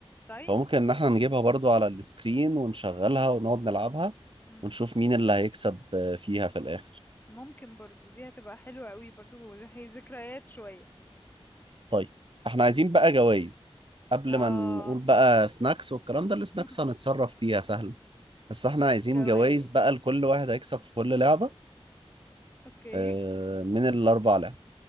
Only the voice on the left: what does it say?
طيب
امم
ممكن برضو دي هتبقى حلوة قوي برضو هي ذكريات شوية
اه
<laughs>
جوايز
اوكي